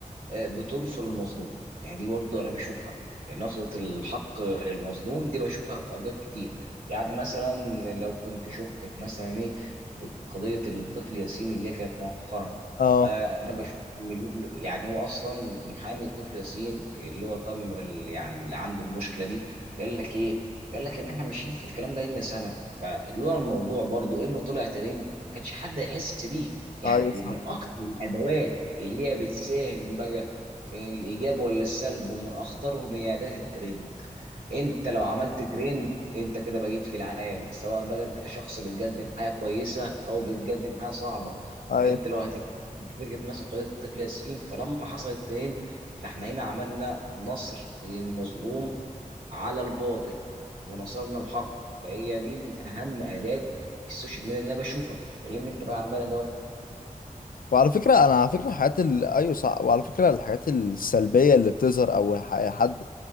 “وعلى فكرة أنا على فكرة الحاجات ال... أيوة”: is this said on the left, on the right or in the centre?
Left